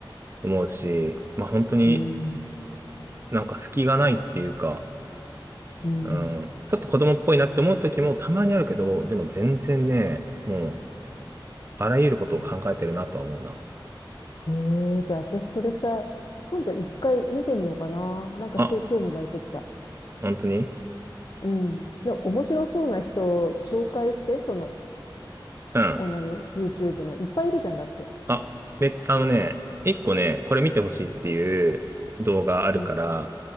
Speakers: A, on the right (about 30°); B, on the left (about 55°).
A: 思うし、まあ本当に
B: うん。
A: なんか隙がないっていうか、
B: うん。
A: うん、ちょっと子供っぽいなって思う時もたまにあるけど、でも全然ね、もう、あらゆることを考えてるなとは思うな。
B: ええじゃあ私それさ、今度一回見てみようかな。なんかすごい興味湧いてきた。
A: あ、本当に
B: うん。で、面白そうな人を紹介して、その、
A: うん。
B: おなに、YouTube の。いっぱいいるじゃんだって。
A: あ、めっちゃ、あのね、一個ね、これ見てほしいっていう動画あるから、
B: うん。